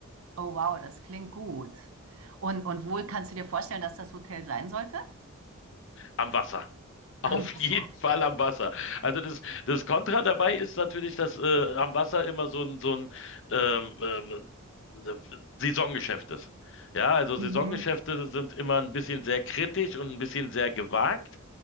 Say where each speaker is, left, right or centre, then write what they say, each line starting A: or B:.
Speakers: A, on the right; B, on the left.
A: Oh wow, das klingt gut. Und, und wo kannst du dir vorstellen, dass das Hotel sein sollte?
B: am Wasser. Auf
A: Am Wasser.
B: jeden Fall am Wasser. Also das, das Kontra dabei ist natürlich, dass äh, am Wasser immer so ein, so ein ähm, ähm, ne- Saisongeschäft ist. Ja, also Saisongeschäfte
A: Mhm.
B: sind immer ein bisschen sehr kritisch und ein bisschen sehr gewagt.